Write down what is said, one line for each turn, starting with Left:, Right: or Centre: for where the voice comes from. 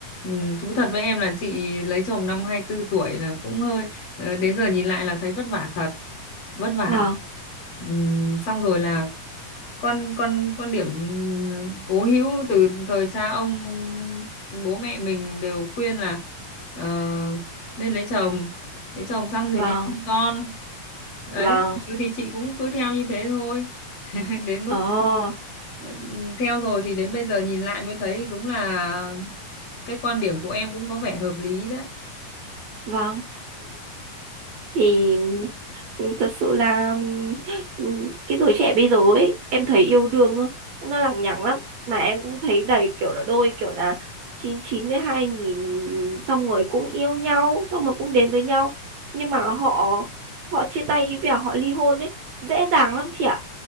Left: Ừ, thú thật với em là chị lấy chồng năm 24 tuổi là cũng hơi ờ, đến giờ nhìn lại là thấy vất vả thật, vất vả.
Right: vâng
Left: Ừm, xong rồi là quan quan quan điểm cố hữu từ thời cha ông bố mẹ mình đều khuyên là ờ, nên lấy chồng lấy chồng xong
Right: vâng
Left: thì nên sinh con đấy
Right: vâng
Left: cứ thì chị cũng cứ theo như thế thôi <laughs> đến lúc
Right: ờ
Left: ừ, theo rồi thì đến bây giờ nhìn lại mới thấy đúng là cái quan điểm của em cũng có vẻ hợp lý đấy
Right: vâng thì ừ, thật sự là ừm, cái giới trẻ bây giờ ấy em thấy yêu đương ơ, nó lằng nhằng lắm mà em cũng thấy đầy kiểu là đôi kiểu là chín chín với hai nghìn xong rồi cũng yêu nhau xong rồi cũng đến với nhau nhưng mà họ họ chia tay và họ ly hôn ấy dễ dàng lắm chị ạ